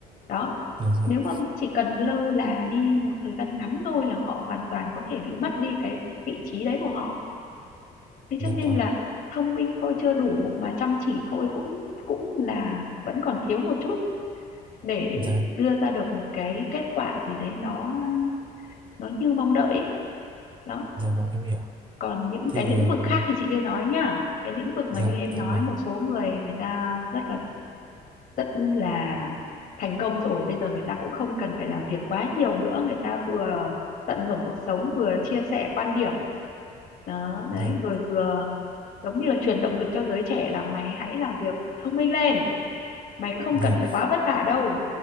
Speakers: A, on the left; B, on the right.
A: đó
B: đúng rồi
A: nếu
B: ạ.
A: mà chỉ cần lơ là đi một thời gian ngắn thôi là họ hoàn toàn có thể bị mất đi cái vị trí đấy của họ thế
B: dạ
A: cho nên
B: vâng
A: là thông minh thôi chưa đủ mà chăm chỉ thôi cũng cũng là vẫn còn thiếu một chút để
B: dạ
A: đưa ra được một cái kết quả gì đấy nó nó như mong đợi ấy. đó
B: dạ vâng em hiểu
A: còn những
B: thì
A: cái lĩnh
B: um,
A: vực khác thì chị chưa nói nhá cái lĩnh vực mà
B: dạ
A: như em
B: dạ
A: nói
B: vâng
A: một số người người ta rất là rất là thành công rồi bây giờ người ta cũng không cần phải làm việc quá nhiều nữa người ta vừa tận hưởng cuộc sống vừa chia sẻ quan điểm đó đấy
B: dạ
A: rồi vừa giống như là truyền động lực cho giới trẻ là mày hãy làm việc thông minh lên mày không
B: dạ
A: cần phải quá vất vả đâu